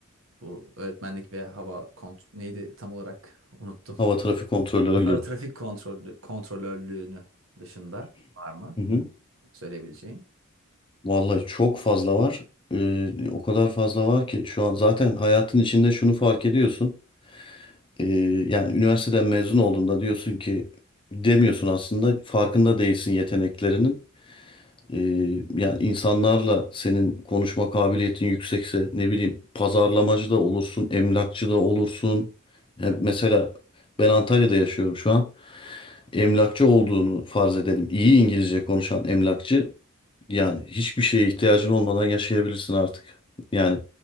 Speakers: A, on the right (about 70°); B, on the left (about 25°).
A: bu öğretmenlik ve hava kont neydi tam olarak unuttum.
B: Hava
A: <laughs>
B: trafik kontrolörlüğü.
A: Hava trafik kontrolü kontrolörlüğünü dışında var mı
B: Hı hı.
A: söyleyebileceğin?
B: Vallahi çok fazla var. Ee, o kadar fazla var ki şu an zaten hayatın içinde şunu fark ediyorsun. Ee, yani üniversiteden mezun olduğunda diyorsun ki demiyorsun aslında farkında değilsin yeteneklerinin. Ee, yani insanlarla senin konuşma kabiliyetin yüksekse ne bileyim pazarlamacı da olursun, emlakçı da olursun. Hem
A: Evet.
B: mesela ben Antalya'da yaşıyorum şu an. Emlakçı olduğunu farz edelim. İyi İngilizce konuşan emlakçı yani hiçbir şeye ihtiyacın olmadan yaşayabilirsin artık. Yani